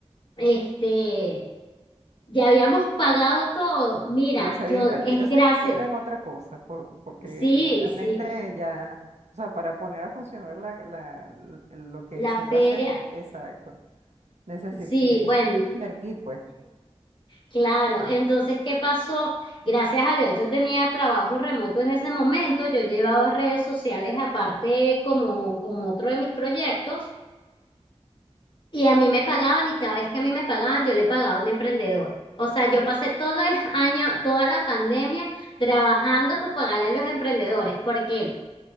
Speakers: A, on the left (about 45°); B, on the right (about 80°).
A: este, ya habíamos pagado todo. Mira,
B: Ya se había
A: yo
B: invertido
A: es
B: ese
A: gracias,
B: dinero en otra cosa, por- porque
A: sí,
B: obviamente
A: sí,
B: ya, o sea, para poner a funcionar la, la- l- lo que
A: la
B: se iba
A: feria,
B: a hacer, exacto, necesito
A: sí,
B: ya es
A: bueno,
B: invertir, pues,
A: Claro, entonces, ¿qué pasó? Gracias a Dios, yo tenía trabajo remoto en ese momento, yo llevaba redes sociales aparte como, como otro de mis proyectos y a mí me pagaban y cada vez que a mí me pagaban, yo le pagaba a un emprendedor. O sea, yo pasé todo el <laughs> año, toda la pandemia trabajando para pagarle a los emprendedores, porque